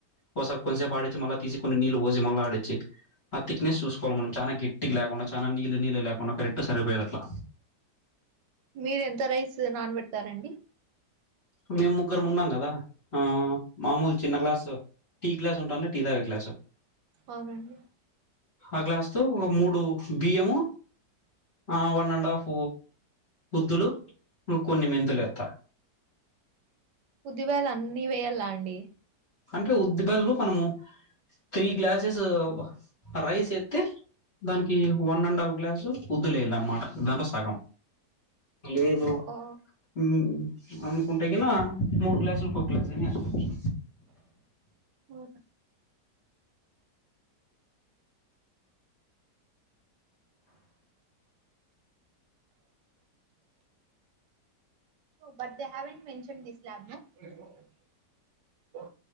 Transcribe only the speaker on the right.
మీరు ఎంత రైస్ నానబెడతారండి.
అవునండి
ఉద్దిబేల్ల అన్ని వేయ్యాల అండి
ఓ
ఓ but they haven't mention this lab no